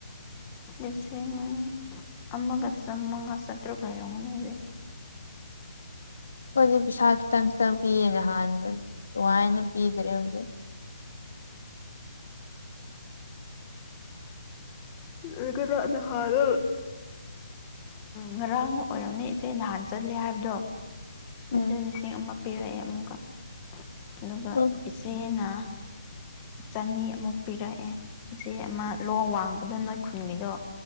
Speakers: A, on the left; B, on the left.
A: ꯂꯤꯁꯤꯡ ꯑꯃꯒ ꯆꯃꯉꯥ ꯆꯇ꯭ꯔꯨꯛ ꯂꯩꯔꯝꯒꯅꯤ ꯍꯧꯖꯤꯛ
B: ꯈꯣꯏꯗꯤ ꯄꯩꯁꯥ ꯈꯤꯇꯪ ꯈꯤꯇꯪ ꯄꯤꯌꯦ ꯅꯍꯥꯟꯒꯩ ꯗꯨꯃꯥꯏꯅ ꯄꯤꯗ꯭ꯔꯦ ꯍꯧꯖꯤꯛ
A: <unintelligible> ꯉꯔꯥꯡ ꯑꯣꯏꯔꯝꯅꯤ ꯏꯆꯦ ꯅꯍꯥꯟ ꯆꯠꯂꯤ ꯍꯥꯏꯕꯗꯣ
B: ꯎꯝ
A: ꯑꯗꯨ ꯂꯤꯁꯤꯡ ꯑꯃ ꯄꯤꯔꯛꯑꯦ ꯑꯃꯨꯛꯀ ꯑꯗꯨꯒ
B: ꯎꯝ
A: ꯏꯆꯦꯅ ꯆꯅꯤ ꯑꯃꯨꯛ ꯄꯤꯔꯛꯑꯦ ꯏꯆꯦ ꯑꯃ ꯂꯣ ꯋꯥꯡꯕꯗꯣ ꯅꯣꯏ ꯈꯨꯟꯒꯤꯗꯣ